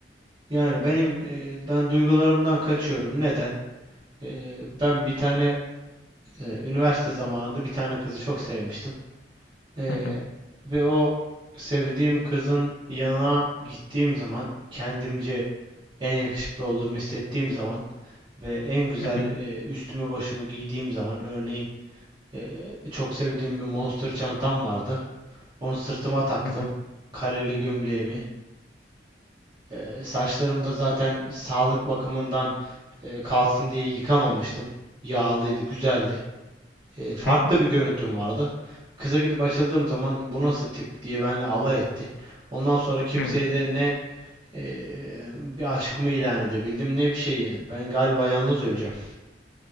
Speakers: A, on the right; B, on the left.
A: Yani benim e, ben duygularımdan kaçıyorum. Neden? E, ben bir tane Ee, üniversite zamanında bir tane kızı çok sevmiştim. Ee,
B: Hı hı,
A: ve o sevdiğim kızın yanına gittiğim zaman kendimce en yakışıklı olduğumu hissettiğim zaman ve en güzel
B: hı hı,
A: e, üstümü başımı giydiğim zaman örneğin e, çok sevdiğim bir Monster çantam vardı. Onu sırtıma taktım.
B: hı hı,
A: Kareli gömleğimi. Ee, saçlarım da zaten sağlık bakımından e, kalsın diye yıkamamıştım. Yağlıydı, güzeldi. e, farklı
B: hı hı,
A: bir görüntüm vardı. Kıza gidip açıldığım zaman bu nasıl tip diye benimle alay etti. Ondan sonra kimseye
B: hı.
A: de ne e, bir aşkımı ilan edebildim ne bir şey yani. Ben galiba yalnız öleceğim.